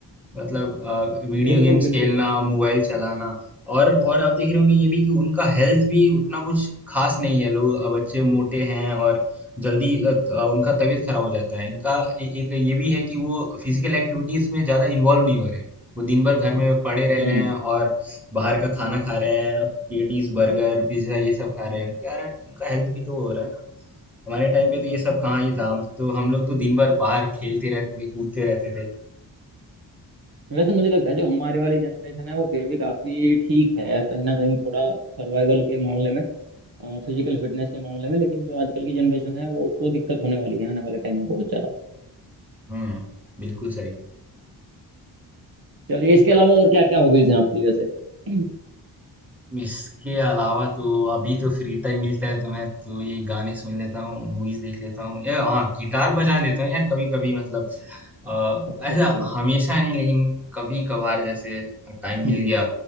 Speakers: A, in the centre; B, on the right.
A: मतलब अ, वीडियो
B: बिल्कुल
A: गेम्स
B: बिल्कुल
A: खेलना मोबाइल चलाना और और आप देख रहे होंगे ये भी कि उनका हेल्थ भी उतना कुछ खास नहीं है लोग अ, बच्चे मोटे हैं और जल्दी अ, त- अ, उनका तबीयत खराब हो जाता है इनका ए, एक ये भी है कि वो फिजिकल एक्टिविटीज में ज्यादा इन्वॉल्व नहीं हो रहे हैं वो दिन भर घर में पड़े रह
B: हम्म
A: रहे हैं और बाहर का खाना खा रहे हैं पेटीज बर्गर पिज्जा ये सब खा रहे हैं उनके कारण उनका हेल्थ भी तो हो रहा है ना हमारे टाइम पे तो ये सब कहाँ ही था हम तो हम लोग तो दिन भर बाहर खेलते रहते थे कूदते रहते थे
B: वैसे मुझे लगता है जो हमारे वाली जनरेशन है वो फिर भी काफी ठीक है कहीं ना कहीं थोड़ा सर्वाइवल के मामले में फिजिकल फिटनेस के मामले में लेकिन जो आजकल की जनरेशन है वो उसको दिक्कत होने वाली है आने वाले टाइम में बहुत ज्यादा
A: हम्म बिल्कुल सही
B: चलिए इसके अलावा और क्या क्या हॉबीज हैं आपकी वैसे <clears throat>
A: इसके अलावा तो अभी तो फ्री टाइम मिलता है तो मैं तो ये गाने सुन लेता हूँ मूवीज देख लेता हूँ या हाँ गिटार बजा लेता हूँ यार कभी कभी मतलब अ,
B: अच्छा
A: ऐसा
B: अच्छा
A: हमेशा नहीं लेकिन कभी कभार जैसे टाइम मिल
B: हम्म हम्म,
A: गया